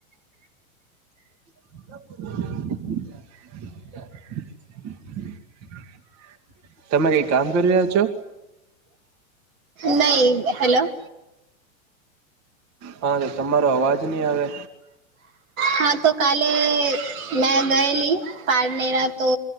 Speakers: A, on the right (about 50°); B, on the right (about 75°).
A: <inaudible> તમે કંઈ કામ કરી રહ્યા છો.
B: નહીં હેલો.
A: હા, તો તમારો અવાજ ની આવે.
B: હા તો કાલે મેં ગયેલી પારનેરા તો